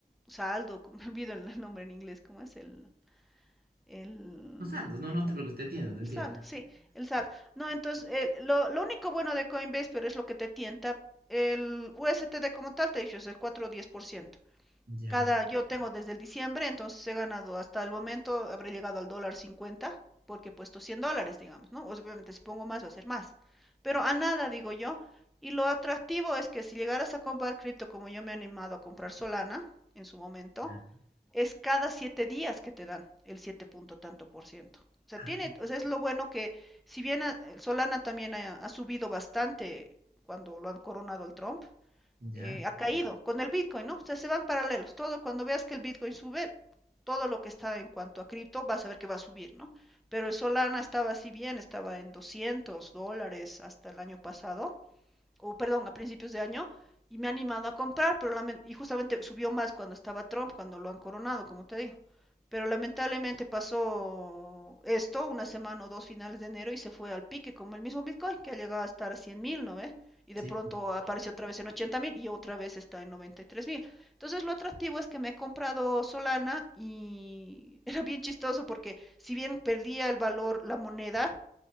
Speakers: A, in the centre; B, on the right.
A: saldo, <laughs> me olvido el nombre en inglés, ¿cómo es? El, el,
B: Los saldos, no, no te preocupes, te entiendo, te entiendo.
A: el saldo, sí, el saldo. No, entonces, el- lo, lo único bueno de Coinbase, pero es lo que te tienta, el USTD como tal, te he dicho, es el 4 o 10%
B: Ya,
A: cada, yo tengo desde el diciembre, entonces he ganado hasta el momento, habré llegado al dólar 50, porque he puesto 100 dólares, digamos, ¿no? Obviamente si pongo más va a ser más. Pero a nada, digo yo. Y lo atractivo es que si llegaras a comprar cripto como yo me he animado a comprar Solana en su momento,
B: ya,
A: es cada 7 días que te dan el 7 punto tanto por ciento. O sea,
B: ah,
A: tiene, o sea, es lo bueno que si bien a- Solana también ha, ha subido bastante cuando lo han coronado el Trump,
B: ya,
A: eh, ha caído con el Bitcoin, ¿no? O sea, se van paralelos. Todo cuando veas que el Bitcoin sube, todo lo que está en cuanto a cripto, vas a ver que va a subir, ¿no? Pero el Solana estaba así bien, estaba en 200 dólares hasta el año pasado o perdón, a principios de año, y me ha animado a comprar, pero y justamente subió más cuando estaba Trump, cuando lo han coronado, como te digo. Pero lamentablemente pasó esto, una semana o dos finales de enero, y se fue al pique, como el mismo Bitcoin, que ha llegado a estar a 100 mil, ¿no ve? Y de
B: sí,
A: pronto apareció otra vez en 80 mil y otra vez está en 93 mil. Entonces lo atractivo es que me he comprado Solana y <laughs> era bien chistoso porque si bien perdía el valor la moneda,